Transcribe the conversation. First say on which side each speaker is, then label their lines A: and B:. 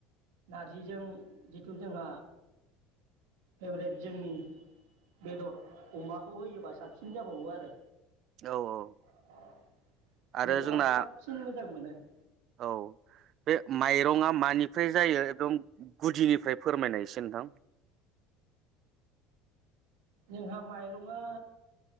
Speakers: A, on the right; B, on the right.
A: नारजिजों जिथु जोंहा फेभरेट जोंनि बेदर अमाखौ होयोबा साबसिन जाबावो आरो
B: औ औ
A: <inaudible>
B: आरो
A: बेखौ
B: जोंना
A: आं साबसिन मोजां मोनो <inaudible>
B: औ बे माइरंआ मानिफ्राय जायो एकदम गुदिनिफ्राय फोरमायनाय एसे नोंथां
A: जोंहा माइरंआ